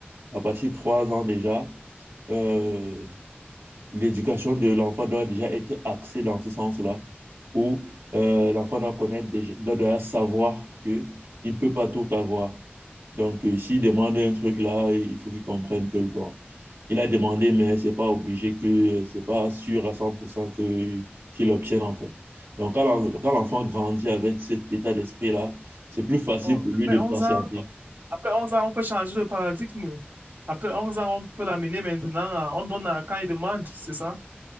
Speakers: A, on the right; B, on the right.
A: À partir de 3 ans déjà, euh, l'éducation de l'enfant doit déjà être axée dans ce sens-là, où euh, l'enfant doit connaître déjà, doit déjà savoir que il ne peut pas tout avoir. Donc, euh, s'il demande un truc là, il faut qu'il comprenne que bon, il a demandé, mais c'est pas obligé que c'est pas sûr à 100% que qu'il obtienne en fait. Donc, quand l'en- quand l'enfant grandit avec cet état d'esprit-là, c'est plus facile
B: Bon,
A: pour lui
B: après
A: de
B: onze
A: patienter.
B: ans, après 11 ans, on peut changer de paradigme. oui. Après 11 ans, on peut l'amener maintenant. à- On donne à- quand il demande, c'est ça?